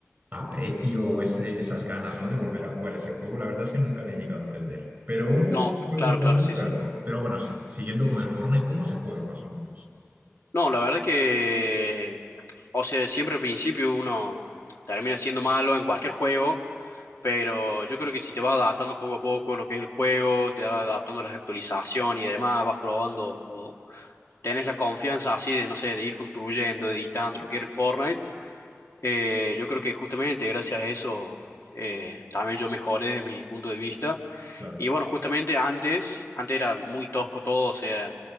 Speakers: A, on the right (about 30°); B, on the left (about 60°).
A: aprecio o ese- esas ganas, ¿no? de volver a jugar ese juego. La verdad es que nunca le he llegado a entender. Pero un juego
B: No,
A: que me
B: claro,
A: gustaba
B: claro,
A: mucho
B: sí,
A: era
B: sí.
A: el COD. Pero bueno, sí, siguiendo con el Fortnite, ¿cómo se juega más o menos?
B: No, la verdad que, o sea, siempre al principio uno termina siendo malo en cualquier juego, pero yo creo que si te vas adaptando poco a poco lo que es el juego, te vas adaptando a las actualizaciones y demás, vas probando o tenés la confianza así de, no sé, de ir construyendo, editando lo que era el Fortnite. eh, yo creo que justamente gracias a eso eh, también yo mejoré desde mi punto de vista.
A: Claro,
B: Y bueno, justamente antes, antes era muy tosco todo, o sea,